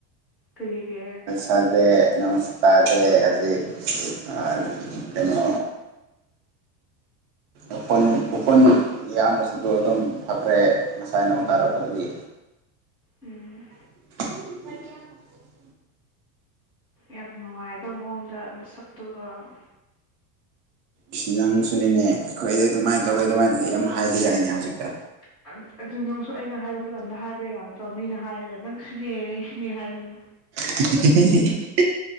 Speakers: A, in the centre; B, on the right.
A: ꯀꯔꯤꯒꯤ
B: ꯇꯥꯗꯦ ꯅꯣꯡꯁꯨ ꯇꯥꯗꯦ ꯍꯧꯖꯤꯛ ꯑꯥ ꯀꯩꯅꯣ ꯎꯐꯨꯟ ꯎꯐꯨꯟ ꯏꯌꯥꯝꯕꯁꯤꯡꯗꯣ ꯑꯗꯨꯝ ꯐꯈ꯭ꯔꯦ ꯉꯁꯥꯏ ꯅꯣꯡ
A: ꯎꯝ
B: ꯇꯥꯔꯛꯄꯗꯒꯤ
A: ꯎꯝ
B: <unintelligible>
A: ꯌꯥꯝ ꯅꯨꯡꯉꯥꯏꯕ ꯃꯑꯣꯡꯗ ꯅꯁꯛꯇꯨꯒ <inaudible>
B: ꯏꯁ ꯅꯪꯁꯨꯅꯤꯅꯦ ꯑꯩꯈꯣꯏꯗꯤ ꯑꯗꯨꯃꯥꯏ ꯇꯧꯋꯤ ꯑꯗꯨꯃꯥꯏꯅ ꯌꯥꯝ ꯍꯥꯏꯈꯤꯗꯥꯏꯅꯦ ꯍꯧꯖꯤꯛꯇ
A: <unintelligible> ꯑꯗꯨ ꯅꯪꯁꯨ ꯑꯩꯅ ꯍꯥꯏꯕ ꯃꯇꯝꯗ ꯍꯥꯏꯕ ꯌꯥꯗ꯭ꯔꯣ ꯃꯤꯅ ꯍꯥꯏꯔꯒ ꯅꯪ ꯁꯨꯅꯦ ꯅꯪ ꯁꯨꯅꯦ ꯍꯥꯏꯒꯅꯨ
B: <unintelligible>